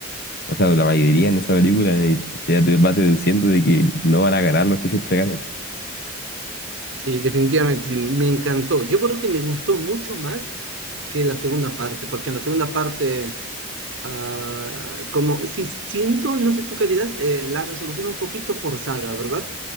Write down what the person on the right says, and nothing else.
Sí, definitivamente, sí, me encantó. Yo creo que me gustó mucho más que la segunda parte, porque en la segunda parte, ah, como si siento, no sé tú qué dirás, eh, la resolución un poquito forzada, ¿verdad?